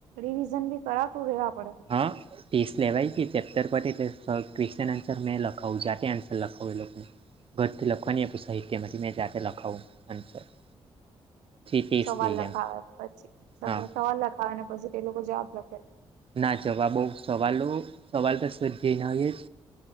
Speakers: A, on the right (about 85°); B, on the right (about 50°).
A: રિવિઝન ભી કરાતું રહેેવા પડે.
B: હા ટેસ્ટ લેવાય ગયો કે ચેપ્ટર પર એટલે ક્વેશ્ચન આન્સર મેં લખાવું જા આન્સર લખાવ એ લોકોને ઘરથી લખવાની આપણી સાહિત્યમાંથી મેં જાતે લખાવું આન્સર <inaudible> ટેસ્ટ
A: સવાલ
B: લઈ
A: લખાવે
B: લેમ
A: પછી
B: હા
A: સવાલ લખાવેને પછી તે લોકો જવાબ લખે.
B: ના જવાબોઓ સવાલો સવાલ તો સજને હોએ જ